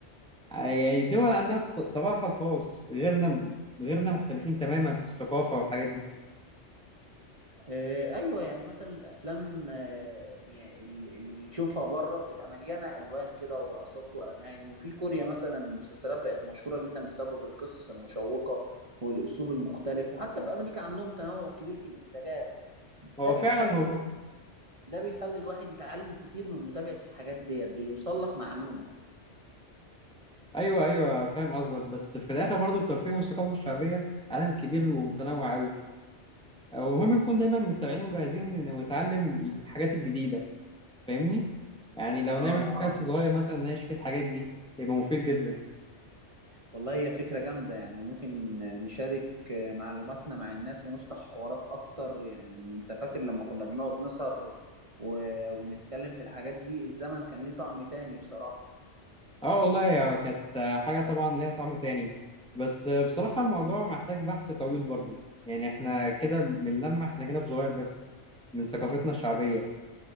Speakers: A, in the centre; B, on the right (about 35°).
A: آه، يعني الدول عندها ط- طباعها الخاص غيرنا غيرنا مختلفين تماما في الثقافة والحاجات دي
B: آه، ايوه يعني مثلا الافلام آه، يعني اللي اللي بنشوفها بره بتبقى مليانه الوان كده ورقصات واغاني وفي كوريا مثلا المسلسلات بقت مشهوره جدا بسبب القصص المشوقه والاسلوب المختلف وحتى في امريكا عندهم تنوع كبير في الانتاجات ده
A: هو فعلا
B: بيخلي
A: والله
B: ده بيخلي الواحد يتعلم كتير من متابعه الحاجات ديت بيوصل لك معلومه
A: أيوه أيوه فاهم قصدك بس في الآخر برضو الترفيه والثقافة الشعبية عالم كبير ومتنوع أوي ومهم نكون دايما متابعين وجاهزين ونتعلم الحاجات الجديدة فاهمني يعني لو
B: اه
A: نعمل بودكاست صغير مثلا نناقش فيه الحاجات دي يبقى مفيد جدا
B: والله هي فكرة جامدة يعني ممكن نشارك معلوماتنا مع الناس ونفتح حوارات أكتر يعني أنت فاكر لما كنا بنقعد نسهر و... ونتكلم في الحاجات دي الزمن كان ليه طعم تاني بصراحة
A: اه والله هو كانت حاجة طبعا ليها طعم تاني بس بصراحة الموضوع محتاج بحث طويل برضو يعني احنا كده بنلمح احنا جانب صغير بس من ثقافتنا الشعبية